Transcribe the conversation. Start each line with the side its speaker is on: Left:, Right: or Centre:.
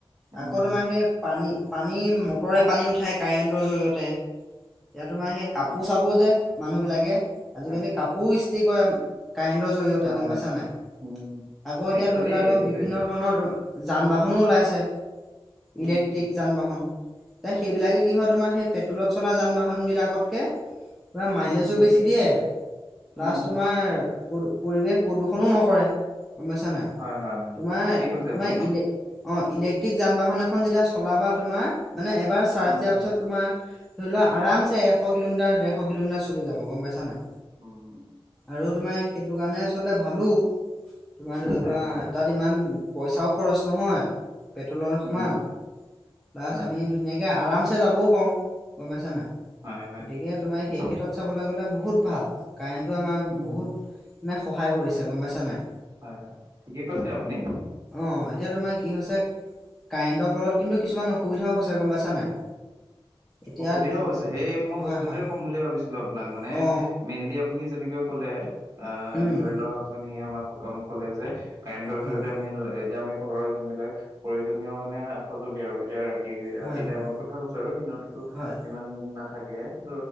Right: উম,
Centre: আকৌ তোমাৰ সেই পানী পানী মটৰে পানী উঠাই কাৰেণ্টৰ জৰিয়তে। এতিয়া তোমাৰ সেই
Right: উম,
Centre: কাপোৰ চাপোৰ যে, মানুহ বিলাকে আজিকালি
Right: হয়, হয়,
Centre: কাপোৰ
Right: হয়,
Centre: ইস্তি কৰে। কাৰেণ্টৰ জৰিয়তে
Right: হয়,
Centre: গম
Right: হয়,
Centre: পাইছা নাই?
Right: উম,
Centre: আকৌ এতিয়া
Right: একচুৱেলি
Centre: ধৰি লোৱা ত
Right: সেইটোৱে
Centre: বিভিন্ন ধৰণৰ যান বাহনো ওলাইছে।
Right: উম,
Centre: ইলেক্ট্ৰিক
Right: উম,
Centre: যান বাহন। এ সেইবিলাকে কি হয় তোমাৰ সেই পে'ট্ৰলত চলা যান বাহন বিলাকতকে তোমাৰ মাইলেজো
Right: উম, উম,
Centre: বেছি দিয়ে প্লাছ
Right: উম,
Centre: তোমাৰ প পৰিৱেশ প্ৰদূষণো নকৰে। গ'ম পাইছা নাই
Right: হয়, হয়, হয়,
Centre: তোমাৰ
Right: ঠিকেই কৈছে
Centre: তোমাৰ
Right: আপুনি
Centre: ইলে অঁ ইলেক্ট্ৰিক যান বাহন এখন যেতিয়া চলাবা তোমাৰ মানে এবাৰ চাৰ্জ
Right: উম,
Centre: দিয়াৰ
Right: উম,
Centre: পিছত তোমাৰ ধৰি লোৱা আৰমছে এশ কিলোমিটাৰ ডেৰ শ কিলোমিটাৰ চলি যাব গম পাইছা নাই?
Right: উম,
Centre: আৰু তোমাৰ সেইটো কাৰণে আচলতে ভালো, তোমাৰ ধৰি
Right: হয়,
Centre: লোৱা
Right: হয়, হয়।
Centre: তাত ইমান পইছাও খৰচ নহয়, পেট্ৰলৰ
Right: উম,
Centre: সমান। প্লাচ
Right: হয়,
Centre: আমি ধুনীয়াকে আৰাম চে যাবও পাৰোঁ। গম পাইছা নাই?
Right: হয়, হয়,
Centre: গতিকে তোমাৰ
Right: ঠিক-
Centre: সেই ক্ষেত্ৰত চাবলৈ গ'লে বহু হুত ভাল কাৰেণ্টটো আমাৰ
Right: উম,
Centre: বহুত মানে সহায় কৰিছে গ'ম পাইছা নাই?
Right: হয় হয়। ঠিকেই কৈছে আপুনি।
Centre: অঁ, এতিয়া তোমাৰ কি হৈছে কাৰেণ্টৰ ফলত কিন্তু কিছুমান অসুবিধাও হৈছে গ'ম পাইছা নাই? এতিয়া
Right: অসুবিধাও হৈছে, সেই মই
Centre: হয়
Right: বস্তুতোৱে
Centre: হয়
Right: ক'ম বুলি ভাবিছিলোঁ আপোনাক মানে
Centre: অ
Right: মেইনলি আপুনি যেনেকৈ ক'লে অ'
Centre: উম
Right: ধৰি লওঁক আপুনি আমাক ক'লে যে কাৰেণ্টৰ
Centre: হয়
Right: জৰিয়তে আমি এতিয়া আমি ঘৰৰ যোন বিলাক প্ৰয়োজনীয় মানে সঁজুলি আৰু এতিয়া তি
Centre: হয়
Right: ৰাতি
Centre: হয়
Right: টাইমত কথা কৈছো আৰু দিনতোতো
Centre: হয়
Right: ইমান নাথাকে, ত'